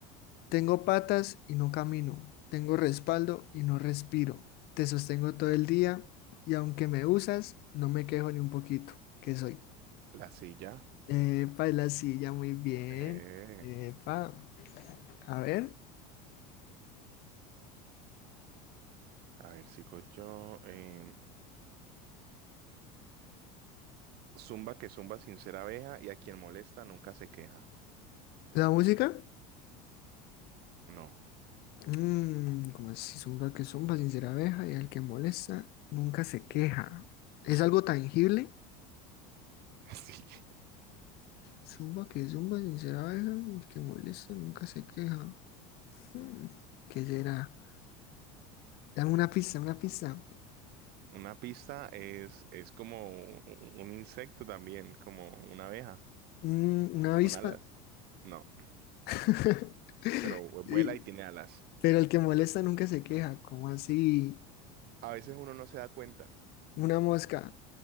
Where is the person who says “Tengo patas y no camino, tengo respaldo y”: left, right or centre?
Left